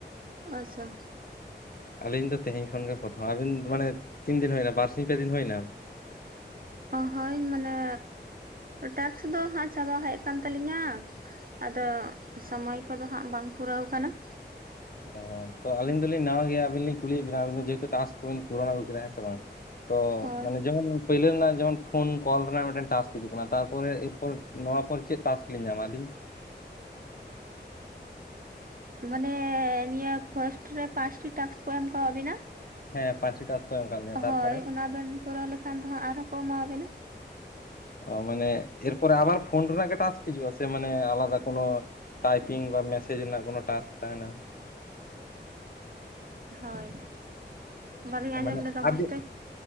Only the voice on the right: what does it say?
ᱟᱪᱪᱷᱟ
ᱚ ᱦᱳᱭ ᱢᱟᱱᱮ ᱴᱟᱠᱥ ᱫᱚ ᱦᱟᱸᱜ ᱪᱟᱵᱟ ᱦᱮᱡ ᱟᱠᱟᱱ ᱛᱟᱞᱤᱧᱟ᱾ ᱟᱫᱚ ᱥᱚᱢᱚᱭ ᱠᱚᱫᱚ ᱦᱟᱸᱜ ᱵᱟᱝ ᱯᱩᱨᱟᱹᱣ ᱟᱠᱟᱱᱟ ᱾
ᱦᱳᱭ᱾
ᱢᱟᱱᱮ ᱱᱤᱭᱟᱹ ᱯᱷᱚᱨᱥᱴ ᱨᱮ ᱯᱟᱸᱪᱴᱤ ᱴᱟᱥᱠ ᱠᱚ ᱮᱢ ᱠᱟᱣᱵᱤᱱᱟ?
ᱦᱳᱭ ᱚᱱᱟ ᱵᱮᱱ ᱯᱩᱨᱟᱹᱣ ᱞᱮᱠᱷᱟᱱ ᱫᱚ ᱦᱟᱸᱜ ᱟᱨᱦᱚᱸ ᱠᱚ ᱮᱢᱟ ᱵᱮᱱᱟ ᱾
ᱦᱳᱭ ᱵᱟᱹᱞᱤᱧ ᱟᱸᱡᱚᱢ
ᱞᱮᱫᱟ
ᱢᱚᱸᱡᱽ
ᱛᱮ